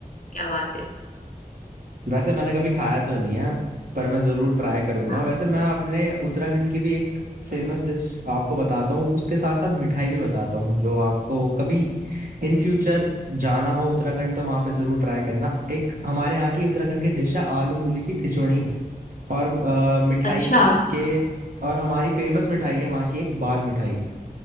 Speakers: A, on the left; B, on the right.
A: क्या बात है
B: वैसे मैंने कभी खाया तो नहीं है पर मैं जरूर ट्राई करूंगा
A: हाँ,
B: वैसे मैं अपने उत्तराखंड की भी एक फेमस डिश आपको बताता हूँ उसके साथ साथ मिठाई भी बताता हूँ जो आपको कभी इन फ्यूचर जाना हो उत्तराखंड तो वहां पे जरूर ट्राई करना एक हमारे यहाँ की उत्तराखंड की डिश है आलू मूली की खिचड़ी और अ, मिठाई
A: अच्छा
B: के और हमारी फेमस मिठाई है वहाँ की एक बाल मिठाई